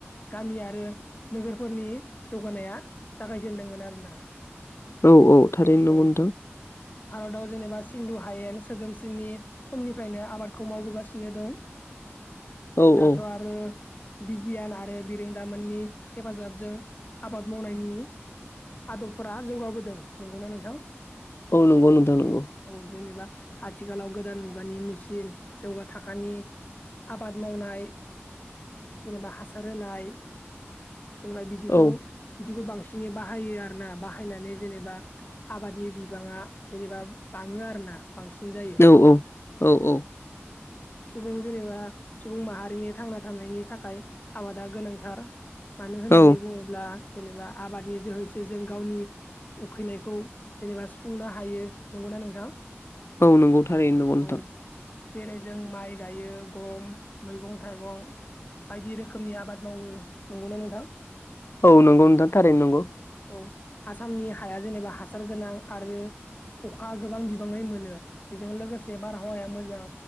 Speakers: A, on the left; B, on the left.
A: गामियारि आरो नोगोरफोरनि जौगानाया जागायजेनदोंमोन आरोना
B: औ औ थारैनो नंगौ
A: औ
B: नोंथां
A: भारताव जेनेबा सिन्धु हायेन सोदोमस्रिनि समनिफ्रायनो आबादखौ मावबोगासिनो दं
B: औ
A: दाथ'
B: औ
A: आरो बिगियान आरो बिरों गाबोननि हेफाजाबजों आबाद मावनायनि आदबफोरा जौगाबोदों नंगौना नोंथां
B: औ नंगौ नोंथां नंगौ
A: औ जेनेबा आथिखालाव गोदान मुगानि मेसिन जौगा थाखोनि आबाद मावनाय जेनेबा हासार होनाय जेनेबा बिदिखौ
B: औ
A: बिदिखौ बांसि बिसोरनि बाहायो आरो ना बाहायनानै जेनेबा आबादनि बिबाङा जेनेबा बाङो आरोना बांसिन जायो
B: औ औ औ
A: सुबुं जेनेबा सुबुं माहारिनि थांना थानायनि थाखाय आबादा गोनांथार मानो होननानै
B: औ
A: बुङोब्ला जेनेबा आबादनि जोहैसो जों गावनि उखैनायखौ जेनेबा सुफुंनो हायो नौ ना नोंथां
B: औ नंगौ थारै नंगौ नोंथां
A: औ जेरै जों माइ गायो गम मैगं थाइगं बायदि रोखोमनि आबाद मावो नंगौना नोंथां
B: औ नंगौ नोंथां थारैनो नंगौ
A: औ आसामनि हाया जेनेबा हासार गोनां आरो अखा गोबां बिबाङै मोनो बेजों लोगोसे बारहावाया मोजां